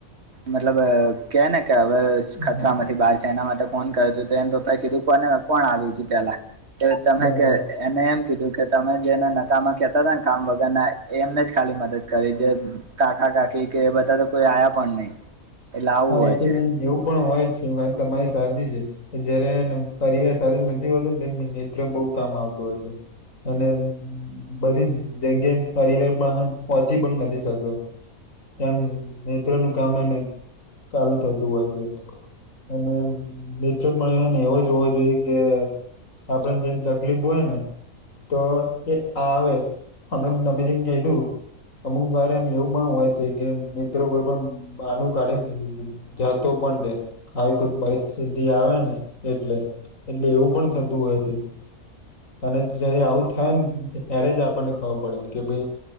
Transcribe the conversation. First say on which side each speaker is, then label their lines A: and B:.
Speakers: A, on the right (about 50°); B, on the left (about 65°).
A: મતલબ કે ને કે હવે, ખતરામાંથી
B: હા
A: બાર છે. એના માટે ફોન <inaudible> એને પપા એ કીધું કોને કોણ આવ્યું તું પેલા કે તમે
B: બરાબર
A: કે એને એમ કીધું કે તમે જેને નકામાં કેતા હતાા ને કામ વગરના એમને જ ખાલી મદદ કરી જે કાકા-કાકી કે બધા તો કોઈ આ્યા પણ નહી. એટલે આવું
B: હા
A: હોય
B: એ તો
A: છે.
B: એમ એવું પણ હોય. છી વાત તમારી સાચી છે કે જયારે પરિવાર સાથે નથી હોતોુ ને તારે મિત્ર <unintelligible> બહુ કામ આવત તો છે અને બધી જગ્યા પરિવારમાં પહોંચી પણ નથી શક્યો. એમ મિત્રનું કામ એને ચાલ <unintelligible> થતું હોય છે. અને મિત્રમણેને એવો જોવા જોઈએ કે આપડને જેને તકલીફ હોય ને તો એ આવે હમણા નમે દન કઈ દું અમુક કાર એવું પણ હોય છે કે મિત્રો કોઈ પણ બાનું કાઢી જતો પણ રે આવી કોઈ પરિસ્થિતિ આવે ને એટલે. એટલે એવું પણ થતું હોય છે. અને જયારે આવું થાય ને ત્યારે જ આપણને ખબર પડે કે ભાઈ